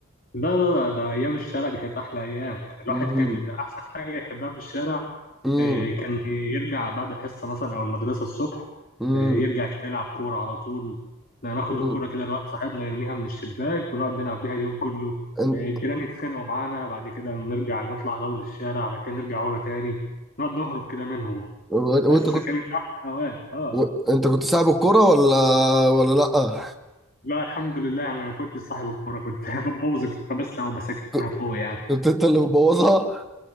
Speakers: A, on the left (about 45°); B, in the centre.
A: لا لا لا، ده ايام الشارع دي كانت احلى ايام يعني الواحد
B: امم
A: كان احسن حاجه يحبها في الشارع
B: امم
A: آه، كان يرجع بعد الحصة مثلا أو المدرسة الصبح
B: امم
A: آه، يرجع كده يلعب كورة على طول ناخد
B: امم
A: الكورة كده لواحد صاحبنا يرميها من الشباك ونقعد نلعب بيها اليوم كله
B: انت
A: آه، الجيران يتخانقوا معانا بعد كده نرجع نطلع نروح للشارع بعد كده نرجع ورا تاني نقعد نهرب كده منهم
B: و-
A: بس
B: وانت كنت
A: كانت أحلى أوقات اه
B: و... انت كنت صاحب الكرة ولا ولا لا
A: لا الحمد لله يعني أنا ما كنتش صاحب الكورة كنت <laughs> ببوظ الكورة بس أو بسكنها
B: ك-
A: فوق يعني
B: كنت انت اللي مبوظها